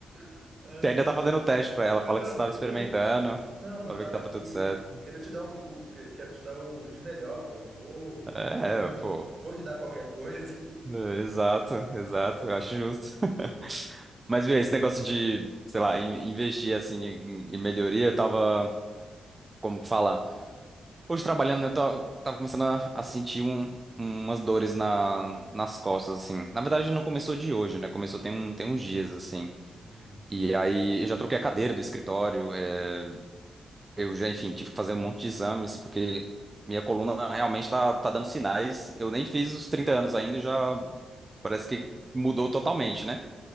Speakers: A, on the right; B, on the right.
A: <laughs> Ai,
B: Você ainda tá fazendo
A: cara.
B: teste pra ela,
A: Não,
B: fala
A: eu tava-
B: que você tava experimentando,
A: não, mas
B: pra
A: eu tava
B: ver que tava
A: aqui...
B: tudo certo.
A: Queria te dar um, o- que- quero te dar o de melhor, pô. Não vou,
B: É,
A: não, eu não
B: pô.
A: vou te dar qualquer coisa.
B: É, Exato, exato, eu acho justo. <laughs> Mas viu, esse negócio de, sei lá, in- investir assim em, em melhoria, eu tava, como que fala? Hoje trabalhando, eu tava, tava começando a, a sentir um- umas dores na, nas costas, assim. Na verdade, não começou de hoje, né? Começou tem, um, tem uns dias, assim.
A: Uhum.
B: E aí eu já troquei a cadeira do escritório, é, eu já, enfim, tive que fazer um monte de exames, porque minha coluna realmente tá, tá dando sinais. Eu nem fiz os 30 anos ainda, e já parece que mudou totalmente, né?